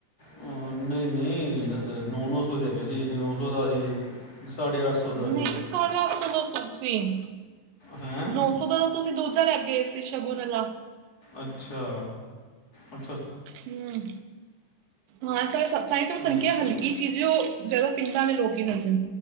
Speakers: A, on the left; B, on the right.
A: ਅਹ, ਨਹੀਂ ਨਹੀਂ ਨੌ -ਨੌ ਸੌ ਦੇ ਅਗੇ ਸੀ ਨੌ ਸੌ ਦਾ ਅ ਸੀ ਸਾਢੇ ਅੱਠ ਸੌ ਦਾ
B: ਨਹੀਂ
A: ਸੀ
B: ਸੋਣਿਆ ਚਲੋ ਸੌ ਤਨ
A: ਹੈਂ
B: ਨੌ ਸੌ ਦਾ ਤੁਸੀਂ ਦੂਜਾ ਲੈ ਗਏ ਤੇ ਸ਼ਗੁਨਲਾ
A: ਅੱਛਾ ਅ
B: ਹਮ ਹਾਂ ਚ ਤਾਂ ਤਾਂ ਮੈਂ ਸਮਕਿਆ
A: ਅੱਛਾ
B: ਹਲਕੀ ਚੀਜ਼ ਉਹ ਜ਼ਿਆਦਾ ਪਿੰਡਾਂ ਨੇ ਲੋਕ ਕੀ ਕਰ